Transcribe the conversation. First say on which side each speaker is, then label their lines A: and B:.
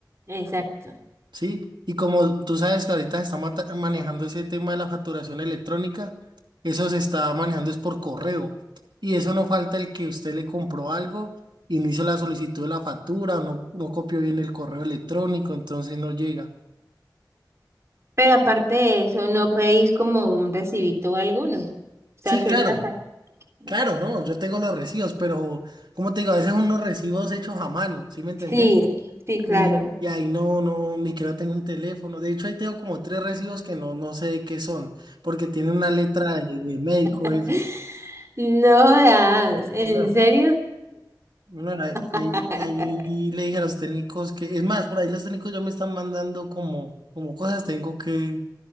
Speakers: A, on the right; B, on the right.
A: exacto.
B: Sí, y como tú sabes que ahorita se está mata- manejando ese tema de la facturación electrónica, eso se está manejando es por correo. Y eso no falta el que usted le compró algo y no hizo la solicitud de la factura o no, no copió bien el correo electrónico, entonces no llega.
A: Pero aparte de eso, ¿no pedís como un recibito o algo? No. O sea,
B: Sí,
A: solo
B: claro,
A: la página.
B: claro, no, yo tengo los recibos, pero como te digo, a veces son unos recibos hechos a mano, ¿sí me entendés?
A: Sí, sí, claro.
B: Y, y ahí no, no, ni que no tengo un teléfono. De hecho, ahí tengo como tres recibos que no, no sé de qué son, porque tiene una letra de, de médico,
A: <laughs>
B: eso.
A: No jodas, ¿en
B: No,
A: serio?
B: no, ahí, ahí-
A: <laughs>
B: ahí le dije a los técnicos que, es más, por ahí los técnicos ya me están mandando como, como cosas, tengo que,